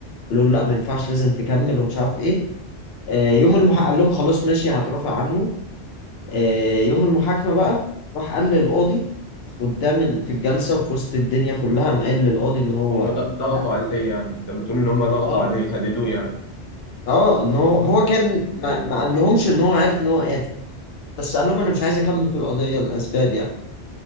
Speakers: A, on the left (about 65°); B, on the left (about 25°).
A: قالوا له لا ما ينفعش لازم تكمل ومش عارف ايه آه، يوم المحاكمه قال لهم خلاص ماشي هترافع عنه آه، يوم المحاكمه بقى راح قال للقاضي قدام ال- في الجلسه وفي وسط الدنيا كلها قام قال للقاضي ان هو
B: هم ض- ضغطوا
A: لا
B: عليه يعني انت بتقول ان هم ضغطوا
A: اه
B: عليه هددوه يعني
A: اه ان هو هو كان ما,
B: ايوه
A: ما
B: ايوه
A: قال لهمش ان هو عارف ان هو قاتل بس قال لهم انا مش عايز اكمل في القضيه الاسباب يعني